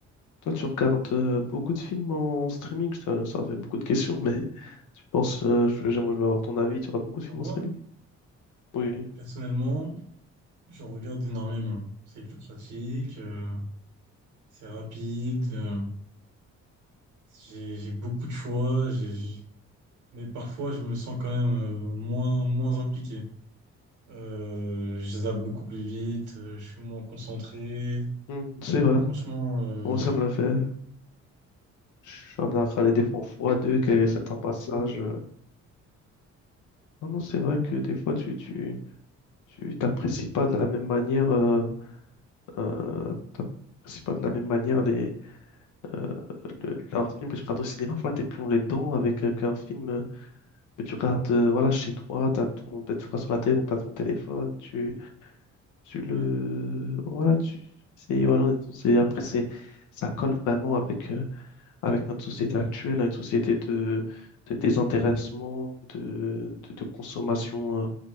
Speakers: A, on the left; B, on the right.
A: Toi, tu regardes euh, beaucoup de films en streaming. Je te- ça fait beaucoup de questions, mais <laughs> tu penses, euh, je- j'aimerais je veux avoir ton avis. Tu regardes beaucoup de films
B: À moi,
A: en streaming? Oui.
B: personnellement, Je regarde énormément. C'est plus pratique, euh, c'est rapide, euh, j'ai, j'ai beaucoup de choix, j'ai- j'ai- mais parfois je me sens quand même euh, moins, moins impliqué. Euh, je zappe beaucoup plus vite, euh, je suis moins concentré.
A: Hmm, c'est vrai.
B: Franchement, euh,
A: Moi, ça me l'a fait. Je suis amené à regarder des fois en x2, qu'il y a certains passages. euh, Non, non, c'est vrai que des fois, tu, tu, tu t'apprécies pas de la même manière, euh, euh, t'apprécies pas de la même manière les, euh, le- un film que tu regardes au cinéma. Voilà, t'es plongé dedans avec euh, qu'un film euh, que tu regardes, euh, voilà, chez toi, t'as ton, t'as- tu regardes sur la télé, donc t'as ton téléphone, tu, tu le,
B: ouais,
A: voilà, tu, c'est, voilà, on est- c'est, après, c'est, ça colle vraiment avec, euh, avec notre société actuelle, hein, une société de, de désintéressement, de, de, de consommation.